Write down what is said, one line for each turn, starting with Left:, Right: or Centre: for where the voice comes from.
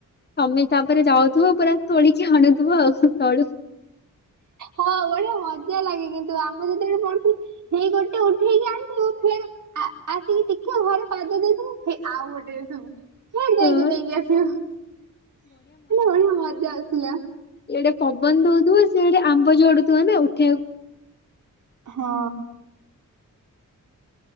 Left: ତମେ ତାପରେ ଯାଉଥିବ ପୁରା ତୋଳିକି ଆଣୁଥିବ ଆଉ ତଳୁ।
Right: ହଁ ବଢିଆ ମଜା ଲାଗେ କିନ୍ତୁ ଆମ ଯେତେବେଳେ ପଡୁଥିଲୁ। ହେଇ ଗୋଟେ ଉଠେଇିକି ଆଣିଥିବୁ ଫେରେ। ଆ ଆସିକି ଟିକେ ଘରେ ପାଦ ଦେଇଥିବୁ ହେ ଆଉ ଗୋଟେ ସବୁ। ହେ
Left: ହଁ
Right: ଯାଇକି ନେଇକି ଆସିବୁ ହେଲେ ବଢିଆ ମଜା ଆସଥିଲା।
Left: ସେଇଡେ ପବନ ଦଉଥଥିବା ସେଡେ ଆମ୍ବ ଝଡୁଥିବ ନା ଉଠେଇବାକୁ।
Right: ହଁ।